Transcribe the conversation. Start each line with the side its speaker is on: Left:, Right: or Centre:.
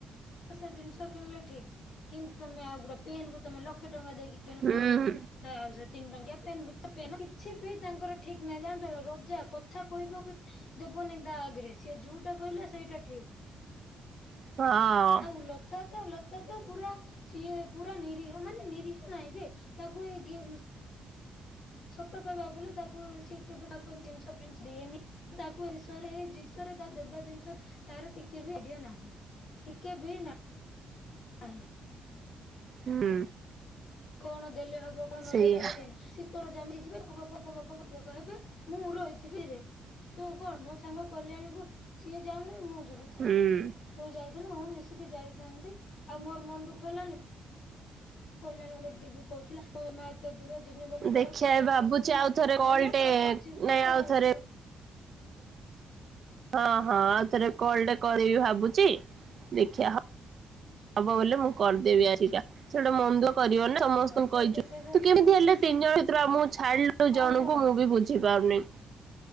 Left: ସେ ଜିନିଷ କିଣିଲେ ଠିକ୍। କିନ୍ତୁ ତମେ ଆଉ ଗୋଟେ ପେନ୍ କୁ ତମେ ଲକ୍ଷେ ଟଙ୍କା ଦେଇକି କିଣିବ
Right: ହୁଁ
Left: ବଲେ ତ ଆଉ ସେ ତିନି ଟଙ୍କିଆ ପେନ୍ ବି ତ ପେନ୍ ନା। କିଛି ବି ତାଙ୍କର ଠିକ୍ ନାହିଁ। ଜାଣିଚ ନା ରୋଜା କଥା କହିବ ଦେବନି ତା ଆଗରେ। ସିଏ ଯୋଉଟା କହିଲା ସେଇଟା ଠିକ୍।
Right: ହଁ
Left: ଲତା ତ ଲତା ତ ପୁରା ସିଏ ପୁରା ନିରୀହ ମାନେ ନିରୀହ ନହିଁ ଯେ ତାକୁ ଏ ଗେମ୍ ସତ କହିବାକୁ ଗଲେ ତାକୁ ସିଏ କେବେ ତାକୁତି ଜିନିଷ ଫିନିଷ ଦିଏନି ତାକୁ ଏଷରେ ଜିନିଷରେ ତା ଦେବା ଜିନିଷରେ ତାର ଟିକେ ବି ଆଡିଆ ନାହିଁ। ଟିକେ ବି ନା ନାହିଁ
Right: ହୁଁ
Left: କଣ ଦେଲେ ହବ କଣ ନଦେଲେ
Right: ସେଇଆ
Left: ହବ ସେଇଁ ନା ଶୀତର ଜାମି ଯିବେ ବକ ବକ ବକ ହେବେ ମୁଁ ରହିଥିବି ରେ। ତୁ କଣ ମୋ ସାଙ୍ଗ କଲ୍ୟାଣୀକୁ ସିଏ ଯାାଉନି ମୁଁ ଯିବି
Right: ହୁଁ
Left: ଥାଉ। ତୁ ଯାଇଥିଲୁ ହଁ ମିଶିକି ଯାଇଥାନ୍ତି ଆଉ ମୋର ମନ ଦୁଃଖ ହେଲାନି କଲ୍ୟାଣୀ ଗୁଡେ ଯିବି ବି କହୁଥିଲା। ମୋ ମା ଏତେ ଦୂର ଯିବିନି ବୋଲିରୁ
Right: ଦେଖିଆ
Left: କଲ୍ୟାଣୀ
Right: ଏ ଭାବୁଛି
Left: କହୁଥିଲା
Right: ଆଉ ଥରେ
Left: ନାଇ
Right: କଲ୍
Left: ମାପଖ
Right: ଟେ
Left: ପାଖ ଯିବା
Right: ନାଇଁ
Left: ଆସିବା।
Right: ଆଉ ଥରେ ହଁ ହଁ ଆଉ ଥରେ କଲ ଟା କରିବି ଭାବୁଛି ଦେଖିବା ହ ହବ ବଲେ ମୁଁ କରିଦେବି ଆଜିିକା ସେଇଟା ମନ୍ଦ କରିବ ନା ସମସ୍ତଙ୍କୁ
Left: ଭାଙ୍କର
Right: କହିଛୁ
Left: ଦେଖେଇଦ
Right: ତୁ କେମିତି ହେଲେ ତିନି ଜଣ ଭିତରୁ ଆଉ ମୁ ଛାଡିଲୁ ଦୁ
Left: ଆଉ
Right: ଜଣଙ୍କୁ
Left: କଣ
Right: ମୁଁ ବି ବୁଝି ପାରୁନି।